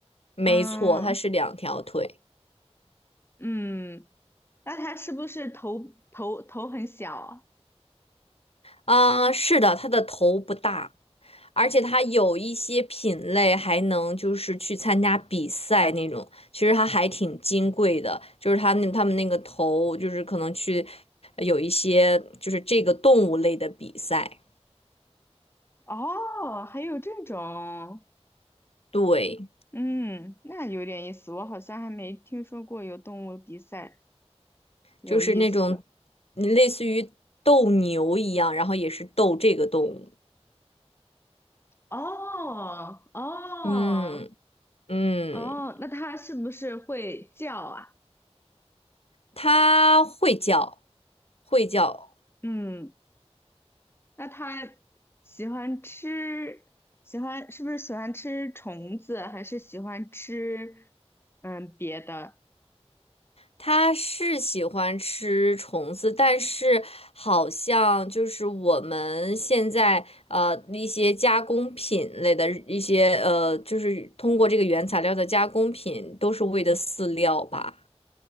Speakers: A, on the left (about 60°); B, on the left (about 20°).
A: 没错，
B: 嗯
A: 它是两条腿。
B: 嗯，那它是不是头头头很小啊
A: 啊，是的，它的头不大，而且它有一些品类还能就是去参加比赛那种，其实它还挺金贵的，就是它那他们那个头就是可能去呃有一些就是这个动物类的比赛，
B: 哦，还有这种，
A: 对，
B: 嗯，那有点意思，我好像还没听说过有动物比赛，有意思。
A: 就是那种类似于斗牛一样，然后也是斗这个动物，
B: 哦哦
A: 嗯嗯，
B: 哦，那它是不是会叫啊？
A: 它会叫，会叫。
B: 嗯。那它喜欢吃，喜欢是不是喜欢吃虫子，还是喜欢吃嗯别的？
A: 他是喜欢吃虫子，但是好像就是我们现在呃一些加工品类的一些呃，就是通过这个原材料的加工品都是喂的饲料吧。